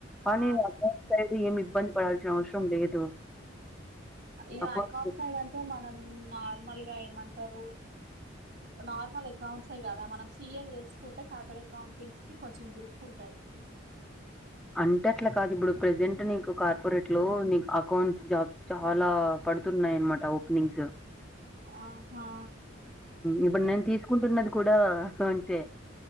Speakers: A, in the centre; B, on the right.
A: కానీ
B: ఆ
A: అకౌంట్ సైడ్ ఏమి ఇబ్బంది పడాల్సిన అవసరం లేదు
B: ఈగ
A: అకౌంట్స్
B: అకౌంట్ సైడ్ అంటే మనం నార్మల్గా ఏమంటారు నార్మల్ అకౌంట్స్ ఏ కదా మనం సీఏ చేసుకుంటే చార్టెడ్ అకౌంటింగ్స్ కి కొంచెం గ్రిప్ ఉంటది
A: అంటే అట్లా కాదు ఇప్పుడు ప్రజెంట్ నీకు కార్పొరేట్ లో నీకు అకౌంట్స్ జాబ్స్ చాలా పడుతున్నాయనమాట ఓపెనింగ్స్
B: ఆహా
A: ఇప్పుడు నేను తీసుకుంటున్నది కూడా అకౌంట్ ఏ